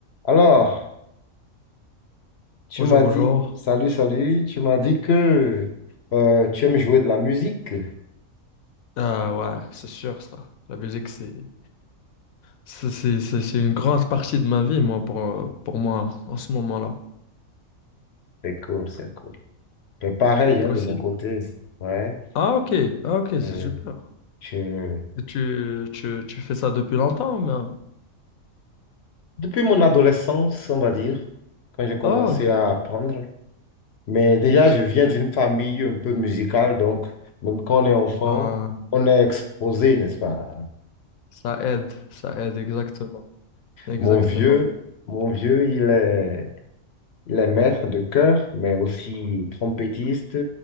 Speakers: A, on the left; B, on the left.
A: Alors, tu
B: Bonjour,
A: m'as
B: bonjour.
A: dit, salut, salut, tu m'as dit que euh, tu aimes jouer de la musique.
B: Ah ouais, c'est sûr ça. La musique, c'est c'est c'est- c'est- c'est une grande partie de ma vie, moi, pour, euh, pour moi, en ce moment-là.
A: C'est cool, c'est cool. Mais pareil,
B: Et toi
A: hein, de
B: aussi?
A: mon côté, ouais.
B: Ah ok, ah, ok, c'est
A: euh,
B: super.
A: je-
B: Et tu, tu, tu fais ça depuis longtemps, mais... hein?
A: Depuis mon adolescence, on va dire, quand j'ai commencé
B: Ah ok.
A: à apprendre, mais déjà, je
B: super.
A: viens d'une famille un peu musicale, donc même quand on est enfant,
B: Ah,
A: on est exposé, n'est-ce pas?
B: ça aide, ça aide, exactement. Exactement.
A: Mon vieux, mon vieux, il est... Il est maître de chœur, mais aussi trompettiste,